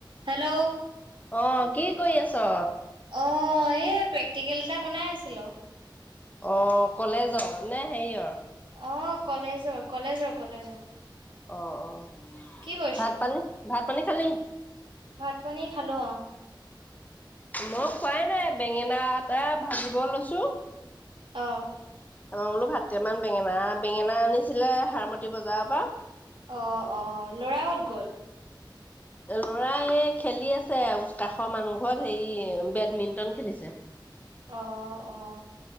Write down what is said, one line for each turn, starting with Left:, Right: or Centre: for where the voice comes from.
Right: Hello
Left: আহ কি কৰি আছ
Right: অ এই প্ৰেক্টিকেল এটা বনাই আছিলো
Left: অ কলেজ অ নে হেৰি অ
Right: অ কলেজৰ কলেজৰ কলেজৰ
Left: অ অ
Right: কি কৰিছে
Left: ভাত পানী ভাত পানী খালি
Right: ভাত পানী খালো
Left: মই খোৱাই নাই বেঙেনা এটা ভাজিব লৈছো
Right: আহ
Left: আমাৰ বোলো ভাতকেইামান বেঙেনা বেঙেনা আনিছিলে হাৰমত বজাৰৰ পৰা
Right: অ অ ল'ৰাহত গ'ল
Left: ল'ৰা এই খেলি আছে কাষৰ মানুহ ঘৰত হে বেডমিণ্টন খেলিছে
Right: অ অ